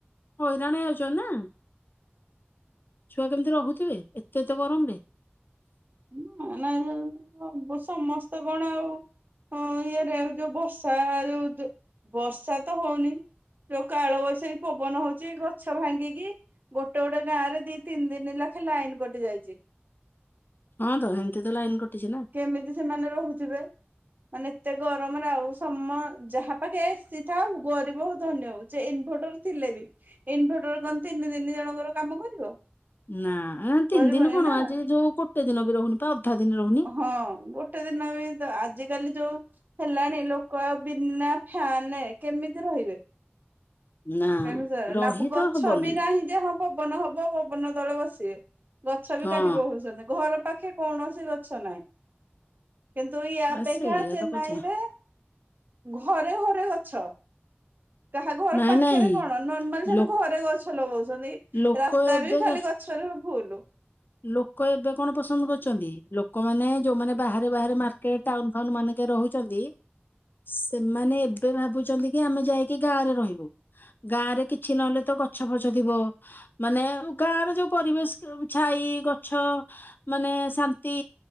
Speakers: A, on the left; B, on the right.
A: ହଇରାଣ ହେଉଚନ୍ତି ନା। ଛୁଆ କେମ୍ତି ରହୁଥିବେ ଏତେ-ଏତେ ଗରମ୍ ରେ।
B: ନା ନା ସବୁ ସମସ୍ତେ କଣ ଆଉ ହଁ ଇଏରେ ଯୋଉ ବର୍ଷା ଯୋଉ ଦ ବର୍ଷା ତ ହଉନି। ଯୋଉ କାଳ ବୈଶାଖୀ ପବନ ହଉଚି ଗଛ ଭାଙ୍ଗିକି ଗୋଟେ-ଗୋଟେ ଗାଁରେ ଦି ତିନି ଦିନ ଲେଖେ ଲାଇନ୍ କଟି ଯାଇଚି।
A: ହଁ ତ ହେମ୍ତି ତ ଲାଇନ୍ କଟିଚି ନା।
B: କେମିତି ସେମାନେ ରହୁଥିବେ? ମାନେ ଏତେ ଗରମ୍ ରେ ଆଉ ସମ ଯାହା ପାଖେ ଏସି ଥାଉ ଗରିବ ହଉ ଧନୀ ହଉ ଯେ ଇନଭଟର ଥିଲେ ବି ଇନଭଟର୍ କଣ ତିନି ଦିନି ଜଣଙ୍କର କାମ କରିବ?
A: ନା ତିନି
B: କରିବନି
A: ଦିନି କଣ
B: ନା।
A: ଆଜି ର ଯୋଉ ଗୋଟେ ଦିନ ବି ରହୁନି ପା ଅଧା ଦିନ୍ ରହୁନି।
B: ହଁ ଗୋଟେ ଦିନ ବି ତ ଆଜିକାଲି ଯୋଉ ହେଲାଣି ଲୋକ ଆଉ ବିନା ଫ୍ୟାନେ କେମିତି ରହିବେ?
A: ନା
B: କେମିତି ରହିବେ,
A: ରହି
B: ନା ପ ଗଛ
A: ତ ହବନି
B: ବି ନାହିଁ ଯେ ହଁ ପବନ ହବ ପବନ ତଳେ ବସିବେ, ଗଛ ବି
A: ହଁ
B: କାଟି ପକଉଚନ୍ତି ଘର ପାଖେ କୌଣସି ଗଛ ନାହିଁ କିନ୍ତୁ ୟା ଅପେକ୍ଷା
A: ଆ ସେଇଆ
B: ଚେନ୍ନାଇରେ
A: ତ କହୁଛ
B: ଘରେ-ଘରେ ଗଛ, କାହା ଘର
A: ନାଇଁ
B: ପା
A: ନାଇଁ
B: ଖେରେ କଣ ନର୍ମାଲି ସେଠି
A: ଲୋ
B: ଘରେ ଗଛ ଲଗଉଚନ୍ତି,
A: ଲୋକ
B: ରାସ୍ତା
A: ଏବେ
B: ବି ଖାଲି ଗଛରେ ଫୁଲୁ।
A: ଲୋକ ଏବେ କଣ ପସନ୍ଦ କରୁଚନ୍ତି, ଲୋକମାନେ ଯୋଉମାନେ ବାହାରେ-ବାହାରେ ମାର୍କେଟ୍ ଟାଉନ୍ ଫାଉନ୍ ମାନେଙ୍କେରେ ରହୁଚନ୍ତି ସେମାନେ ଏବେ ଭାବୁଚନ୍ତି କି ଆମେ ଯାଇକି ଗାଁରେ ରହିବୁ। ଗାଁ ରେ କିଛି ନହେଲେ ତ ଗଛ ଫଛ ଥିବ, ମାନେ ଗାଁରେ ଯୋଉ ପରିବେଶ୍ <unintelligible> ଛାଇ ଗଛ ମାନେ ଶାନ୍ତି